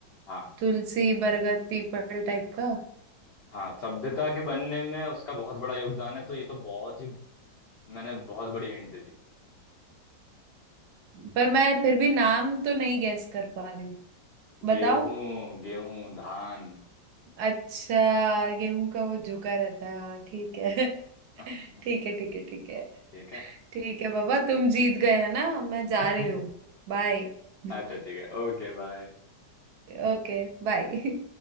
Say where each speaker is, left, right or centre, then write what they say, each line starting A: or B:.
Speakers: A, on the left; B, on the right.
A: हाँ
B: तुलसी बरगद पीपल टाइप का
A: हाँ सभ्यता के बनने में उसका बहुत बड़ा योगदान है तो ये तो बहुत ही मैंने बहुत बड़ी हिंट दे दी
B: पर मैं फिर भी नाम तो नहीं गैस कर पा रही हूँ बताओ
A: गेहूं गेहूं धान
B: अच्छा गेहूं का वो झुका रहता है हाँ ठीक है <laughs>
A: <laughs>
B: ठीक है ठीक है ठीक है
A: ठीक है
B: ठीक है बाबा तुम जीत गए है ना मैं जा
A: <laughs>
B: रही हूँ बाय <laughs>
A: अच्छा ठीक है ओके बाय
B: Okay bye